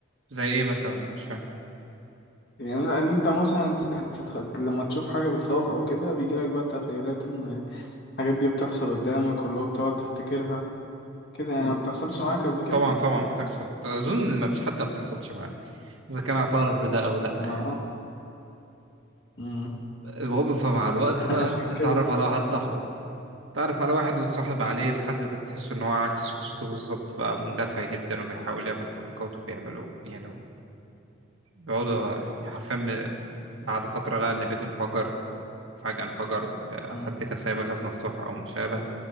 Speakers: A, on the right (about 70°); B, on the left (about 55°).
A: زي ايه مثلا مش فاهم
B: يعني لان انت مثلا ت- تتخ... لما تشوف حاجة بتخوف او كده بيجيلك بقى تخيلات ان الحاجات دي بتحصل قدامك واللي هو بتقعد تفتكرها كده يعني
A: مم.
B: ما بتحصلش
A: صح
B: معاك قبل كده
A: طبعا طبعا بتحصل اظن ما فيش حد ما بتحصلش معاه اذا كان اعترف بده او لا
B: ما
A: يعني
B: اه مم.
A: هو فمع الوقت
B: <laughs>
A: بقى
B: عشان كده
A: اتعرف على واحد صاحبه اتعرف على واحد وتصاحب عليه لحد ده تحس ان هو عكس شخصيته بالظبط بقى مندفع جدا وبيحاول يعمل حركات وبيعملوا يعني بيقعدوا حرفيا بعد فترة لقى ان بيته انفجر فجأة انفجر حد
B: مم.
A: كان سايب غاز مفتوح أو مشابه